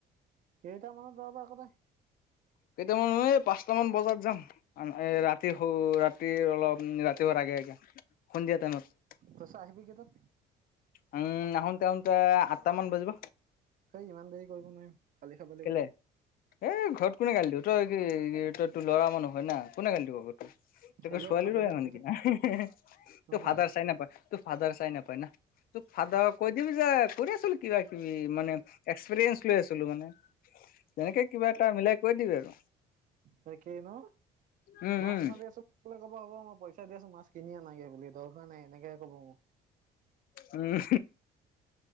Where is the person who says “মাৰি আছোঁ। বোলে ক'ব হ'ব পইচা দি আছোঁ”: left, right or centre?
Right